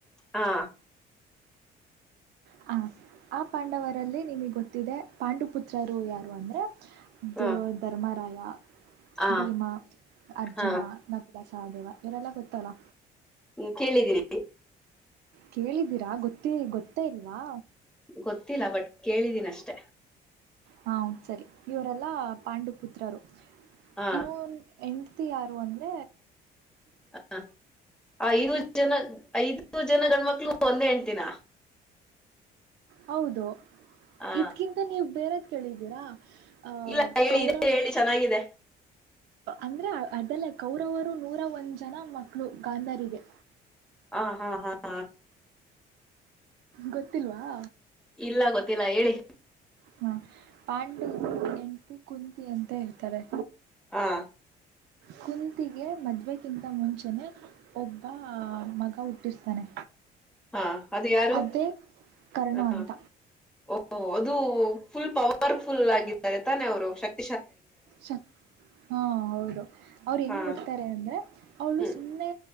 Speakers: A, in the centre; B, on the right (about 80°).
A: ಆ,
B: ಹ ಆ ಪಾಂಡವರಲ್ಲಿ ನಿಮಗೆ ಗೊತ್ತ ದೆ ಪಾಂಡು ಪುತ್ರರು ಯಾರು ಅಂದ್ರೆ ದ
A: ಆ,
B: ಧರ್ಮಾರಾಯ ಹಾ
A: ಆ,
B: ಭೀಮಾ ಅರ್ಜುನ
A: ಆ,
B: ನ ಸದೇವ ಇವರೆಲ್ಲ ಗೊತ್ತಲ್ಲ
A: ಹ್ಮ್ ಕೇಳಿದಿರಿ
B: ಕೇಳಿದ್ದೀರಾ ಗೊತ್ತಿ ಗೊತ್ತೇ ಇಲ್ವಾ
A: ಗೊತ್ತಿಲ್ಲ ಬಟ್ ಕೇಳಿದೀನ ಅಷ್ಟೆ
B: ಹಾ ಸರಿ ಇವರೆಲ್ಲಾ ಪಾಂಡು ಪುತ್ರರು
A: ಹಾ
B: ಇವನ್ ಎಂಡತಿ ತ್ತ ಯಾರು ಅಂದ
A: ಹ ಐದು ಜನ ಐದು ಜನ ಗಂಡ್ಮಕ್ಳು ಒಂದೇ ಹೆಣ್ತಿನ
B: ಹೌದು
A: ಆ
B: ಇದ್ಕಿಂತ ನೀವ್ ಬೇರೆ ಕೇಳಿದ್ದೀರಾ ಅ
A: ಇಲ್ಲ ಹೇಳಿ
B: ಕೌರವ
A: ಇದೆ ಹೇಳಿ ಚೆನ್ನಾಗಿದೆ
B: ಅಂದ್ರೆ ಅದೆಲ್ಲ ಕೌರವರು ನೂರ ಒಂದು ಜನ ಮಕ್ಕಳು ಗಾಂಧರಿಗೆ
A: ಹಾ ಹಾ ಹಾ ಹಾ
B: ಗೊತ್ತಿಲ್ವಾ
A: ಇಲ್ಲ ಗೊತ್ತಿಲ್ಲ ಹೇಳಿ
B: ಹಾ ಪಾಂಡು ಹೆಂಡ್ತಿ ಕುಂತಿ ಅಂತ ಹೇಳ್ತವಿ ತಾರೆ
A: ಹಾ
B: ಕುಂತಿಗೆ ಮದುವೆಗಿಂತ ಮುಂಚೆನೆ ಒಬ್ಬ ಮಗ ಹುಟ್ಟಿರ್ತಾನೆ
A: ಹಾ ಅದು ಯಾರು
B: ಅದೇ ಕರ್ಣ
A: ಹ,
B: ಅಂತ
A: ಓ ಅದು ಫುಲ್ ಪವರ್ಫುಲ್ ಆಗಿದ್ದಾರೆ ತಾನೆ ಅವರು ಶಕ್ತಿ
B: ಸಕ್ ಹಾಂ ಹೌದು ಅವ್ರು ಹೆಂಗ್
A: ಹಾ
B: ಕೊಡ್ತಾರೆ ಅಂದರೆ ಅವಳು
A: ಹ್ಮ್
B: ಸುಮ್ಮನೆ